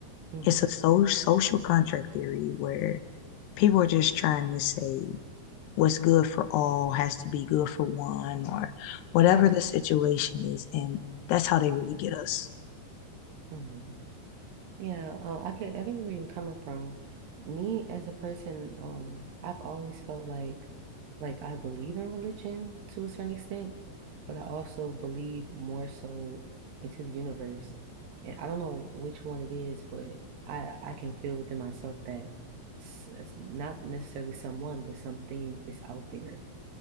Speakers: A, on the right; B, on the left.
A: hmm
B: It's a so, social contract theory where people are just trying to say what's good for all has to be good for one or whatever
A: right
B: the situation is, and that's how they really get us.
A: hmm Yeah, uh, I can I can where you're coming from. Me as a person, um, I've always felt like like I believe in religion to a certain extent, but I also believe more so into the universe. And I don't know which one it is, but I I can feel within myself that s s- not necessarily someone, but something is out there.